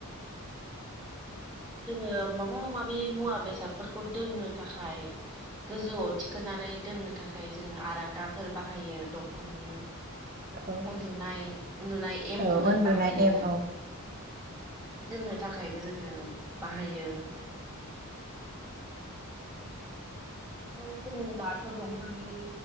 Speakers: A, in the centre; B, on the right.
A: जोङो माबा माबि मुवा बेसादफोरखौ दोननो थाखाय गोजौआव थिखोनानै दोननो थाखाय जोङो आरांगाफोर बाहायो दंफांनि
B: औ
A: उन्दुनाय उन्दुनाय एम
B: औ
A: फोर
B: उन्दुनाय
A: बाहायो
B: एम औ
A: जि दोननो थाखायबो जोङो बाहायो <unintelligible> जों दाथ' दंफां नि